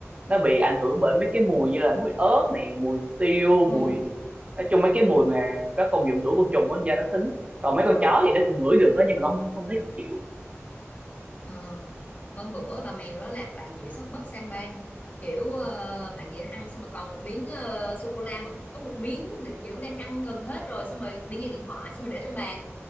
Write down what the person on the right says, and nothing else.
nó bị ảnh hưởng bởi mấy cái mùi như là mùi ớt này mùi tiêu
mùi nói chung mấy cái mùi mà có công dụng đuổi côn trùng á da nó thính còn mấy
con chó thì nó cũng ngửi được á nhưng mà nó không, không thấy khó chịu